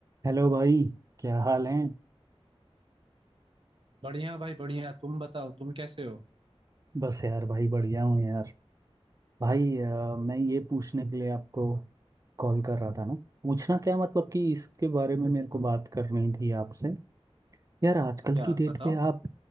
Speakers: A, on the right; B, on the right.
A: Hello भाई क्या हाल है
B: बढ़िया भाई बढ़िया तुम बताओ तुम कैसे हो
A: बस यार भाई बढ़िया हूँ यार भाई अ, मैं ये पूछने के लिए आपको कॉल कर रहा था ना पूछना क्या मतलब कि इसके बारे में मेरे को बात करनी थी आपसे यार आजकल
B: क्या
A: की डेट
B: बताओ
A: पे आप